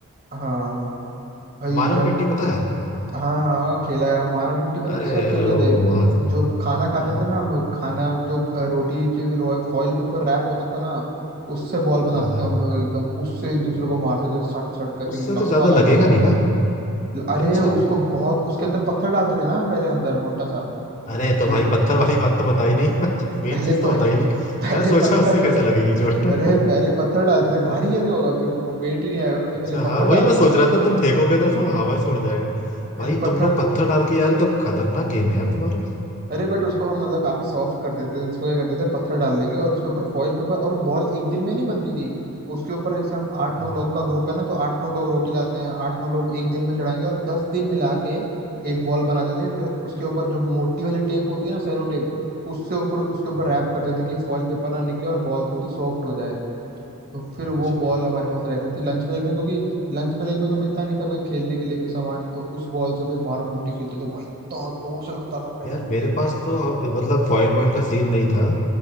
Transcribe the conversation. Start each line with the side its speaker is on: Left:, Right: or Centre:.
Right: हाँ भाई
Left: मारम
Right: जब
Left: पिट्टी पता है
Right: हाँ हाँ खेला है हमारा पिट्टी पता
Left: अरे
Right: किसके साथ खेलते
Left: अ, वो
Right: थे
Left: बहुत
Right: जो खाना खाते
Left: हाँ
Right: थे ना हम लोग खाना जो अ, रोटी के फॉइल पेपर रैप होता था ना उससे बॉल बनाते
Left: हाँ हाँ
Right: थे हम लोग एकदम उससे एक दूसरे को मारते थे सट सट करके
Left: उससे
Right: लगता
Left: तो ज्यादा
Right: था
Left: लगेगा
Right: भाई
Left: नहीं ना
Right: अरे
Left: अच्छा
Right: उसको बहुत उसके अंदर पत्थर डालते थे ना पहले अंदर मोटा सा
Left: अरे तो
Right: पहले
Left: भाई पत्थर वाली बात तो बताई नहीं <laughs> मेन
Right: पहले
Left: चीज
Right: प,
Left: तो
Right: <laughs>
Left: बताई नहीं
Right: पहले
Left: मैं सोचा
Right: पत्थर
Left: उससे कैसे लगेगी चोट
Right: अरे पहले पत्थर डालते थे भारी कैसे होगा फिर वो वेट ही नहीं आएगा ना तो
Left: अच्छा
Right: पहले
Left: हाँ
Right: पत्थर
Left: वही
Right: डालते
Left: मैं सोच
Right: थे
Left: रहा
Right: उसमें
Left: था तुम फेंकोगे तो सब हवा से उड़ जाएगा
Right: पहले
Left: भाई
Right: पत्थर
Left: तुम लोग पत्थर डाल के यार ये तो खतरनाक गेम है यार तुम्हारा
Right: अरे बट उसको हम मतलब काफी सॉफ्ट कर देते थे उसको क्या करते थे पत्थर डाल देंगे और उसके ऊपर फॉइल पेपर और बॉल एक दिन में नहीं बनती थी उसके ऊपर जैसे हम
Left: अच्छा
Right: आठ नौ
Left: हम्म,
Right: लोग का ग्रुप है ना तो आठ नौ लोग रोटी लाते हैं आठ नौ लोग एक दिन में चढ़ाएंगे और दस दिन मिला के एक बॉल बनाते थे फिर उसके ऊपर जो मोटी वाली टेप होती है ना सेलो टेप उससे ऊपर उसके
Left: हाँ,
Right: ऊपर रैप कर देते कि फॉइल पेपर ना निकले और बॉल थोड़ी सॉफ्ट हो जाए तो फिर
Left: अच्छा
Right: वो बॉल हमारे पास रहती थी लंच ब्रेक में क्योंकि लंच ब्रेक में तो मिलता नहीं था कोई खेलने के लिए कोई सामान तो उस बॉल से फिर मारम पिट्टी खेलते थे भाई इतना जोर से लगता था भाई
Left: यार मेरे पास तो ह- मतलब फॉइल वॉइल का सीन नहीं था